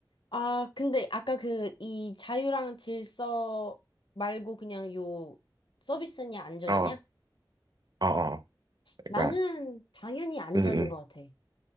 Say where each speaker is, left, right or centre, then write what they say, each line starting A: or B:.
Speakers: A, on the left; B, on the right.
A: 아, 근데 아까 그, 이 자유랑 질서 말고 그냥 요 서비스냐, 안전이냐?
B: 어, 어, 어. 그러니까,
A: 나는 당연히 안전인
B: 응, 응.
A: 것 같아.